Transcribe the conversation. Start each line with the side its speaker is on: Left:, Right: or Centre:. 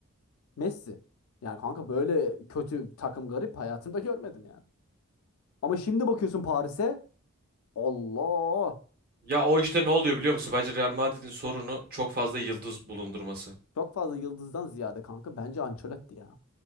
Left: Messi. Yani kanka böyle kötü takım garip hayatımda <laughs> görmedim yani. Ama şimdi bakıyorsun Paris'e Allah.
Right: Ya o işte ne oluyor biliyor musun? Bence Real Madrid'in sorunu çok fazla yıldız bulundurması.
Left: Çok fazla yıldızdan ziyade kanka bence Ancelotti ya.